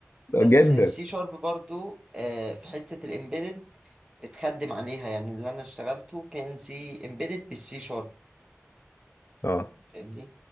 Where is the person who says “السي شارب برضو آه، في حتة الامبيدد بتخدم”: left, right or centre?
Right